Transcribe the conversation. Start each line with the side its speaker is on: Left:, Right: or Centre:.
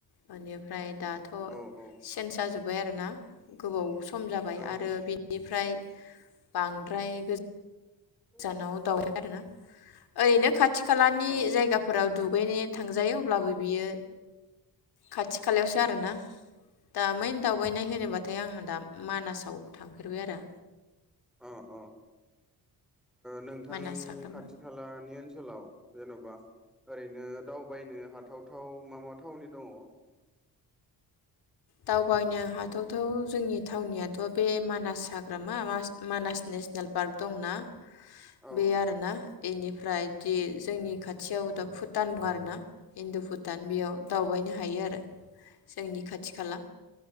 Left: बेनिफ्राय दाथ'
Centre: औ औ
Left: सेनस जाजोब बाय आरो ना गोबाव स सम जाबाय
Centre: औ
Left: आरो बिनिफ्राय बांद्राय गोज
Centre: औ
Left: गोजानाव दावउबाय आरोना ओरैनो खाथि खालानि
Centre: औ अ
Left: जायगाफोराव दुगैनो थांजायो अब्लाबो बियो खाथि खालायावसो आरोना दा मेन दावबायनाय होनोबाथाय आं दा मानासाव थांफेरबाय आरो
Centre: अ अ नोंथांनि
Left: मानास हाग्रामा
Centre: खाथि खालानि ओ ओनसोलाव जेन'बा ओरैनो दावबायनो हाथावथाव माबा थावनि दङ?
Left: दावबायनो हाथावथाव जोंनि थावनियाथ' बे मानास हाग्रामा मानास नेसनेल पार्क दंना
Centre: औ
Left: बे आरोना एनिफ्रायदि जोंनि खाथियाव दा भुटान दं आर ना इन्दु - भुटान बेयाव दावबायनो हायो आरो जोंनि खाथ खाथि खाला